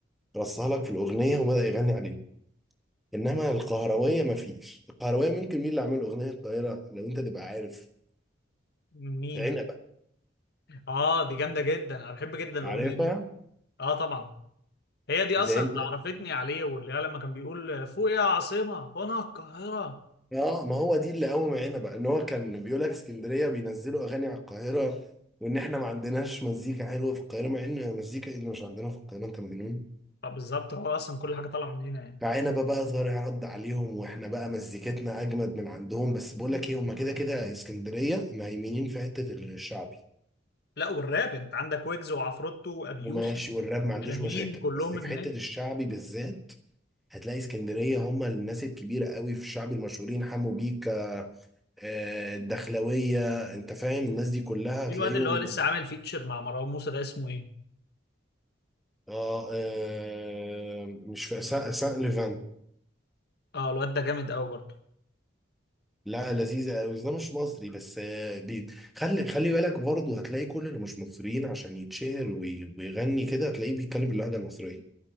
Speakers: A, in the centre; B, on the left.
A: رصها لك في الأغنية وبدأ يغني عليهم إنما القهروية مفيش القهروية ممكن مين اللي عامل أغنية القاهرة لو أنت تبقى عارف
B: مين
A: عنبة
B: اه دي جامده جدا انا بحب جدا الاغنيه
A: عارفها
B: دي اه طبعا هي دي اصلا
A: اللي هي
B: اللي عرفتني عليه واللي هي لما كان بيقول فوق يا عاصمه وانا القاهره
A: اه ما هو دي اللي قوم معانا بقى ان هو كان بيقول لك اسكندريه بينزلوا اغاني على القاهره وان احنا ما عندناش مزيكا حلوه في القاهره مع ان مزيكا ايه اللي مش عندنا في القاهره انت مجنون
B: فبالظبط هو اصلا كل حاجه طالعه من هنا يعني
A: معانا بقى بقى طارق رد عليهم واحنا بقى مزيكتنا اجمد من عندهم بس بقول لك ايه هم كده كده اسكندريه مهيمنين في حته الشعبي
B: لا والراب انت عندك ويجز وعفروتو وابي
A: وماشي
B: يوسف
A: والراب ما عنديش
B: وشاهين
A: مشاكل
B: كلهم
A: بس
B: من
A: في حته
B: هناك
A: الشعبي بالذات هتلاقي اسكندريه هم الناس الكبيره قوي في الشعب المشهورين حمو بيكا آه، الدخلويه انت فاهم الناس دي كلها
B: في
A: هتلاقيهم
B: الواد اللي هو لسه عامل فيتشر مع مروان موسى ده اسمه ايه
A: اه آه، مش في سان سان ليفان
B: اه الواد ده جامد قوي برضه
A: لا لذيذة قوي ده مش مصري بس آه، دي خلي خلي بالك برضه هتلاقي كل اللي مش مصريين عشان يتشهر وي- ويغني كده هتلاقيه بيتكلم باللهجة المصرية